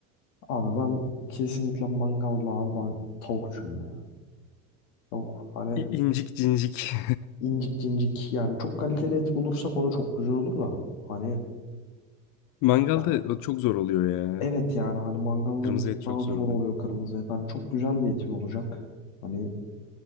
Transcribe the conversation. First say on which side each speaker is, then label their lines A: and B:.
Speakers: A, on the left; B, on the left.
A: Abi ben kesinlikle mangalda abi ben tavukçuyum ya. Tavuk hani
B: İ- İncik cincik.
A: incik incik yani çok kaliteli et bulursak o da çok güzel olur da. Hani
B: <laughs> Mangalda
A: ya
B: o çok zor oluyor ya.
A: evet yani hani mangalda
B: Kırmızı
A: bir tık
B: et çok
A: daha zor
B: zor oluyor.
A: oluyor kırmızı et. Hani çok güzel bir etin olacak. Hani